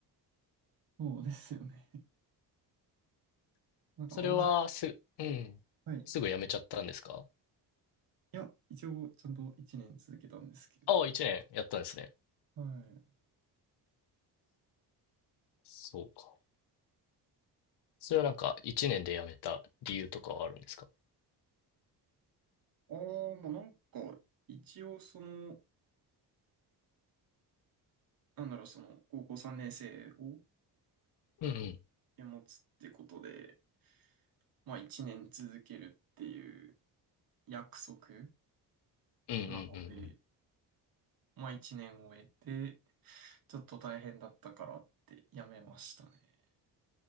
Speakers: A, on the right; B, on the left.
A: そうですよね。
B: <laughs>
A: なんかあんま、
B: それはす、うん。
A: はい。
B: すぐやめちゃったんですか
A: いや、一応ちゃんと1年続けたんですけれど。
B: ああ、一年やったんですね。
A: はい。
B: そうか。それはなんか、一年で辞めた理由とかはあるんですか
A: ああ、まあなんか、一応その、なんだろう、その、高校3年生を
B: うんうん。
A: 持つってことで、まあ1年続けるっていう約束
B: うんうんうんうん。
A: なので、まあ1年終えて、ちょっと大変だったからって辞めましたね。